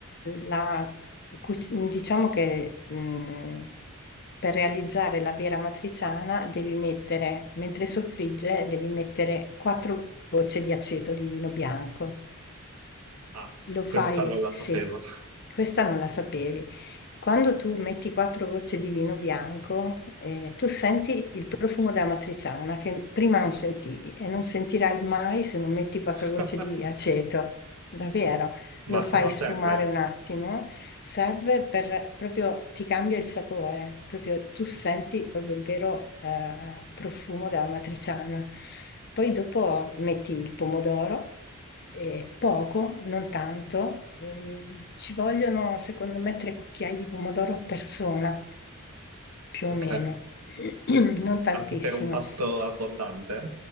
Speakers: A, on the left (about 45°); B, on the right (about 85°).
A: la- cuc- diciamo che mh, per realizzare la vera matriciana devi mettere, mentre soffrigge, devi mettere 4 gocce di aceto di vino bianco.
B: Ah,
A: Lo fai,
B: questa non la
A: sì,
B: sapevo.
A: questa non la sapevi. Quando tu metti quattro gocce di vino bianco, eh, tu senti il profumo della matriciana che prima non sentivi e non sentirai mai se non metti quattro
B: <laughs>
A: gocce di aceto. Davvero?
B: Ma
A: lo
B: a
A: fai
B: cosa
A: sfumare
B: serve?
A: un attimo, serve per proprio ti cambia il sapore, proprio tu senti proprio il vero eh, profumo della matriciana. Poi dopo metti il pomodoro, eh, poco, non tanto, ehm, ci vogliono secondo me tre cucchiai di pomodoro a persona, più o
B: Ok,
A: meno, <clears throat> non tantissimo
B: anche per un pasto abbondante,